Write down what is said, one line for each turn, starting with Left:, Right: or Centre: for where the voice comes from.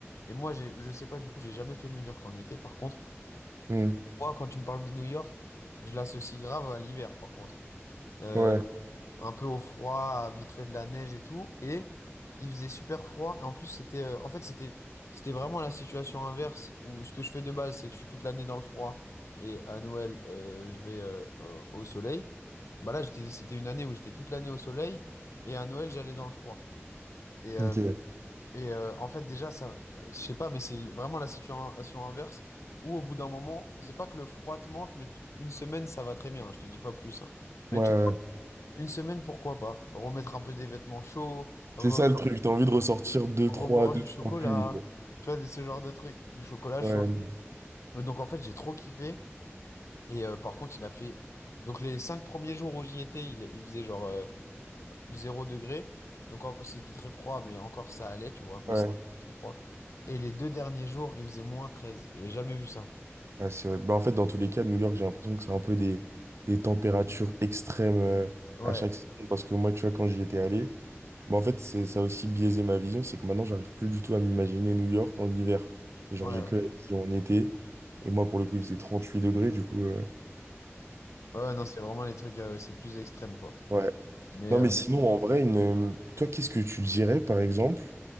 Left: Et moi, j'ai, je sais pas, du coup, j'ai jamais fait New York en été. Par contre,
Right: Hmm.
Left: moi, quand tu me parles de New York, je l'associe grave à l'hiver, par contre. Euh,
Right: Ouais,
Left: un peu au froid, vite fait de la neige et tout. Et il faisait super froid. Et en plus, c'était, euh, en fait, c'était, c'était vraiment la situation inverse où ce que je fais de base, c'est que je suis toute l'année dans le froid et à Noël, euh, je vais euh, euh, au soleil. Bah là, j'étais, c'était une année où j'étais toute l'année au soleil et à Noël, j'allais dans le froid. Et, euh,
Right: ok. Ouais,
Left: et euh, en fait, déjà, ça, euh, je sais pas, mais c'est vraiment la situation inverse où au bout d'un moment, c'est pas que le froid te manque, mais tu- une semaine, ça va très bien. hein, je te dis pas plus. hein. Mais
Right: ouais.
Left: tu une semaine, pourquoi pas? Remettre un peu des vêtements chauds, re-
Right: C'est ça le truc, t'as envie de ressortir deux,
Left: reboire
Right: trois, deux,
Left: du
Right: trois
Left: chocolat,
Right: pulls, quoi.
Left: tu vois, des- ce genre de trucs, du chocolat
Right: Ouais,
Left: chaud. Et donc en fait, j'ai trop kiffé. Et euh, par contre, il a fait... Donc les cinq premiers jours où j'y étais, il, il faisait genre euh, 0 degré. Donc en- c'était très froid, mais encore ça allait, tu vois. Mais
Right: ouais.
Left: c'était très froid. Et les deux derniers jours, il faisait moins treize J'ai jamais vu ça.
Right: Ah, c'est vrai. Bah, en fait, dans tous les cas, New York, j'ai l'impression que c'est un peu des, des températures extrêmes euh,
Left: Ouais,
Right: à chaque saison. Parce que moi, tu vois, quand j'y étais allé, bah, en fait, c'est, ça a aussi biaisé ma vision. C'est que maintenant, j'arrive plus du tout à m'imaginer New York en hiver. Et genre,
Left: ouais,
Right: j'ai que
Left: ok.
Right: la
Left: Ouais.
Right: vision en été. Et moi, pour le coup, il faisait huit degrés. Du coup, euh,
Left: Ouais, ouais, non, c'est vraiment les trucs, euh, c'est plus extrême, quoi.
Right: ouais.
Left: Mais
Right: Non,
Left: euh,
Right: mais sinon, en vrai, une, euh, toi, qu'est-ce que tu dirais, par exemple?